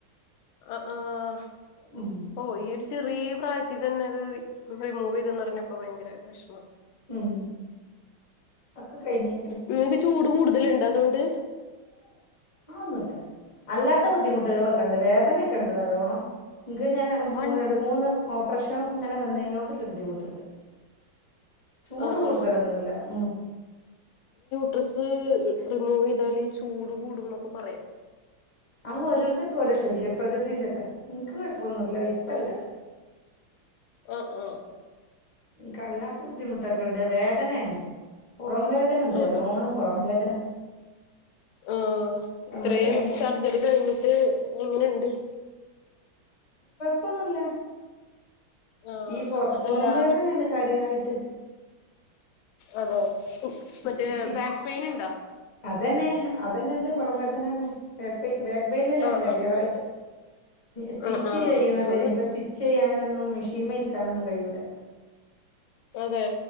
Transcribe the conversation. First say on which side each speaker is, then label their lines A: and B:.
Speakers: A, on the left; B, on the left.
A: ആ ആഹ
B: ഉം
A: ഓ ഈ ഒരു ചെറിയ പ്രായത്തിൽ തന്നെ അത് റിമൂവ് ചെയ്തന്ന് പറഞ്ഞപ്പോ ഭയങ്കര വിഷമം
B: ഉം അക്കെ കയിഞ്ഞ്
A: നിങ്ങക്ക് ചൂട് കൂടുതലുണ്ട അതുകൊണ്ട്
B: ആ ഒന്നുല്ല അല്ലാത്ത ബുദ്ധിമുട്ടുകളൊക്കെ ഒണ്ട് വേദനൊക്കെ ഒണ്ട് നല്ലോണം- ക്ക് ഇങ്ങനെ
A: വൺ
B: രണ്ട് മൂന്ന് ഓപ്പ്- പ്രശ്നം ഇങ്ങനെ വന്നേനോട്ല്ല ബുദ്ധിമുട്ടുണ്ട്- ചൂട്
A: ആ
B: കൂടുതലൊന്നുല്ല
A: ആ
B: ഉം-
A: ഡ്രസ്സ് റിമൂവ് ചെയ്താലീ ചൂട് കൂടും ന്നൊക്കെ പറയും-
B: ആഹ് ഓരോരുത്തർക്കും ഓരോ ശരീര പ്രകൃതിന്റെതാ എക്ക് കുഴപ്പൊന്നുല്ല ഇപ്പല്ല-
A: ആഹ് ആഹ് -
B: ക്ക് ല്ലാത്ത ബുദ്ധിമുട്ടൊക്കെ ഇണ്ട് വേദനയാണ്- പുറം വേദന ഒണ്ട്
A: ആ
B: നല്ലോണം പൊറം വേദന-
A: ആഹ്
B: നമ്മൾ
A: ഇത്രയും
B: തന്നെ
A: സർജറി കഴിഞ്ഞിട്ട് എങ്ങനെയൊണ്ട്-
B: ഇപ്പന്നുല്ല
A: ആ
B: ഈ പൊറം പൊറം
A: എല്ലാ
B: വേദനയ്ണ്ട് കാര്യായിട്ട്-
A: അതെ മറ്റേ
B: ഈ സ്റ്റി
A: ബാക്ക് പെയിൻ ഇണ്ടോ?
B: അതന്നെ അതന്നെയൊണ്ട് പൊറം വേദനന്നെ ബാക്ക് ബാക്ക് പെയിൻ തന്നെയാണ്
A: ആഹ്
B: കാര്യായിട്ട്-
A: ആഹ്
B: സ്റ്റിച്ച്
A: ആഹ് ആഹ്
B: ചെയ്യണത്
A: അത്
B: യിനീപ്പ സ്റ്റിച്ച് ചെയ്യാനൊന്നും മെഷീന്മേ ഇരിക്കാനൊന്നും കഴിയൂല-
A: അതെ